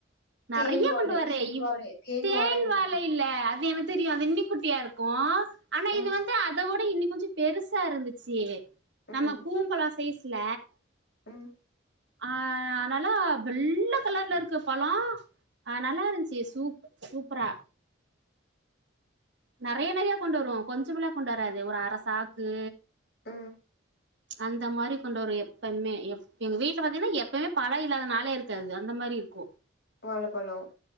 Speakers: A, on the right (about 60°); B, on the left (about 50°).
A: நறைய
B: தேன் வாழை
A: கொண்டு வரே
B: செவ்வாழை
A: தேன்
B: வாழ நெனைக்கிறே
A: வாழை இல்ல அது எனக் தெரியு அது இன்னிக்குட்டியா இருக்கு ஆனா
B: ம்
A: இது வந்து அதோட இன்னி கொஞ்சோ பெருசா இருந்துச்சி நம்ம
B: ம்
A: பூவும்பழோ சைஸ்ல
B: ம்
A: ஆ நல்லா வெள்ள கலர்ல இருக்கு பழோ அ நல்லா இருஞ்சி சூப் சூப்பரா நறைய நறையா கொண்டு வருவோ கொஞ்சமல்லா கொண்டு வராது ஒரு அர சாக்கு
B: ம்
A: அந்த மாரி கொண்டு வரு எப்பமே எங்க வீட்டில பாத்தினா பழோ இல்லாத நாளே இருக்காது அந்த மா மாரி இருக்கு
B: வாழப்பழோ